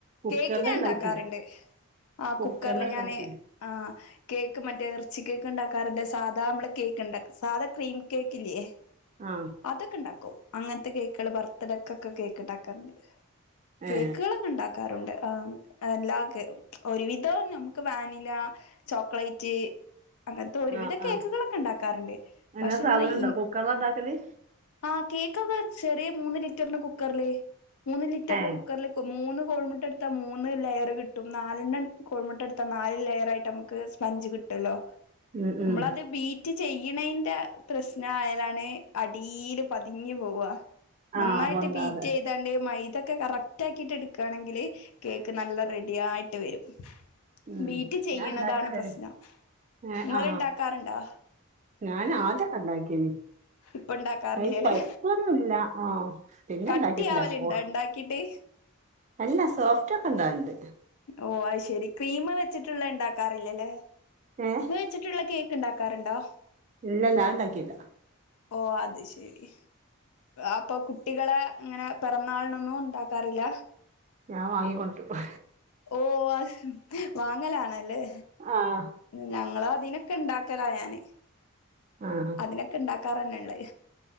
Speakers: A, on the right; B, on the left.
A: കുക്കറില
B: കേക്ക് ഞാ
A: ഉണ്ടാക്കി
B: ണ്ടാക്കാറ്ണ്ട് ആഹ്
A: കുക്കറില
B: കുക്കർല്
A: ഉണ്ടാക്കി
B: ഞാന് ആഹ് കേക്ക് മറ്റേ എർച്ചി കേക്ക് ണ്ടാക്കാറ്ണ്ട് സാധാ മ്മള് കേക്ക്ണ്ടാ സാധാ ക്രീം കേക്ക് ഇല്ല്യേ
A: ആഹ്
B: അതൊക്ക ണ്ടാക്കും അങ്ങൻത്ത കേക്കെൾ ബർത്ത്ഡെക്കൊക്കെ കേക്ക് ണ്ടാക്കാറ്ണ്ട് കേക്കെൾ
A: ഏ
B: - ണ്ടാക്കാറുണ്ട് ആ എല്ലാക്ക് ഒരുവിധം നമുക്ക് വാനിലാ ചോക്ലേറ്റ് അങ്ങൻത്ത ഒരുവിധ
A: ആ
B: കേക്ക്
A: ആ
B: കളൊ -- ഇണ്ടാക്കാറ്ണ്ട്
A: അങ്ങനെ
B: പഷേ
A: സാധനം
B: ഇന്നാ
A: ഉണ്ടോ
B: ഇ
A: കുക്കറില ഉണ്ടാക്കല്
B: ആഹ് കേക്കൊക്കെ ചെറിയ മൂന്ന് ലിറ്റർന്റെ കുക്കർല് മൂന്ന് ലിറ്റർന്റെ
A: ഏ
B: കുക്കർൽ മൂന്ന് കോഴിമുട്ട എടുത്ത മൂന്ന് ലെയറ് കിട്ടും നാലണ്ണം കോഴിമുട്ട എടുത്ത നാല് ലെയർ ആയിട്ട് നമുക്ക് സ്പഞ്ച് കിട്ടല്ലോ
A: ഉം
B: നമ്മളത്
A: ഉം
B: ബീ റ്റ് ചെയ്യ്ണേന്റെ പ്രശ്നായാലാണ് അടീല് പതിഞ് പോവ നന്നായിട്ട്
A: ആ പൊന്താതെ
B: ബീറ്റ്യ്താണ്ട് മൈതൊക്കെ കറക്റ്റ് ആക്കിട്ട് എടുക്കാണെങ്കില് കേക്ക് നല്ല റെഡിയായിട്ട് വരും.
A: ഉം
B: ബീറ്റ് ചെയ്യണതാണ്
A: ഞാൻ ഉണ്ടാക്കണ്ടേന്
B: പ്രശ്നം
A: ഏ
B: ഇങ്ങള്
A: ആ
B: ഇണ്ടാക്കാറ്ണ്ടോ?
A: ഞാൻ ആദ്യക്കൊ ഇണ്ടാക്കിന്.
B: ഇപ്പൊ ഉണ്ടാക്കാറില്ലല്ലേ
A: അയി കൊഴപ്പൊന്നുല്ല ആഹ് പിന്നെ
B: കട്ടിയാവലുണ്ടോ
A: ണ്ടാക്കിട്ടില്ല ഓഹ്
B: ഉണ്ടാക്കിട്ട്
A: അല്ല സോഫ്റ്റ്ക്കെ ഒണ്ടാവല്ണ്ട്.
B: ഓഹ് അയി ശെരി ക്രീമ് വെച്ചിട്ടുള്ളേ ഇണ്ടാക്കാറില്ലല്ലേ
A: ഏഹ്
B: വെച്ചിട്ടുള്ള കേക്ക് ഇണ്ടാക്കാറുണ്ടോ?
A: ഇല്ല ഞാ ഇണ്ടാക്കിലാ
B: ഓഹ് അത് ശെരി അപ്പോ കുട്ടികള് ഇങ്ങനെ പെറാന്നാളിനൊന്നും ഉണ്ടാക്കാറില്ല
A: ഞാ വാങ്ങിക്കൊണ്ട്രും
B: ഓഹ് ആഹ് വാങ്ങലാണല്ലേ
A: ആഹ്
B: ഞങ്ങള് അതിനൊക്കെ ഇണ്ടാക്കലാ ഞാന്
A: ആഹ്
B: അതിനൊക്കെ ഇണ്ടാക്കാറന്നെള്ളേ